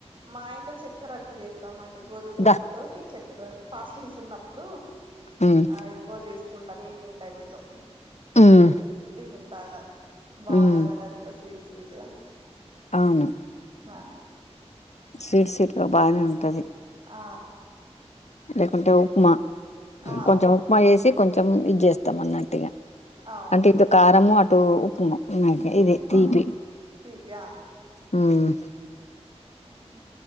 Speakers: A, on the right; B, on the left.
A: మా ఇంట్లో చక్కెరఅట్లు చేస్తామండి గోధుమ పిండితోని
B: దా
A: చెక్కర ఉ ఫాస్టింగ్స్ ఉన్నప్పుడూ
B: ఉమ్
A: ఆ ఎక్కువ చేసుకుంటాం ఇవి ఇంతయుండో
B: ఉమ్
A: టిఫిన్ బాగా బాగుంటదంట
B: ఉమ్
A: అది కూడా స్వీట్ స్వీట్ గా
B: అవును
A: ఆ
B: స్వీట్ సీట్గాగా బానే ఉంటది
A: ఆ
B: లేకుంటే ఉప్మా
A: ఆహా
B: కొంచెం ఉప్మా వేసి కొంచెం హ్మ్ ఇది చేస్తాం అన్నట్టిగా
A: అవునా
B: అంటే ఇటు కారము అటు ఉపమ
A: ఉప్మా
B: ఇదే తీపి
A: తీపి
B: హ్మ్
A: అవున